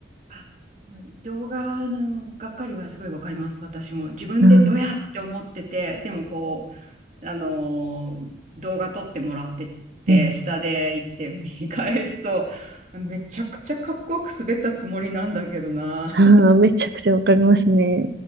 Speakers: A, on the right (about 45°); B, on the right (about 65°).
A: あ動画のがっかりはすごいわかります、私も。自分でドヤって思ってて、
B: うん。
A: でもこう、あのー動画撮ってもらってて、
B: うん。
A: 下で行って見返すと、めちゃくちゃかっこよく滑ったつもりなんだけどな、
B: ああ、めちゃくちゃわかりますね。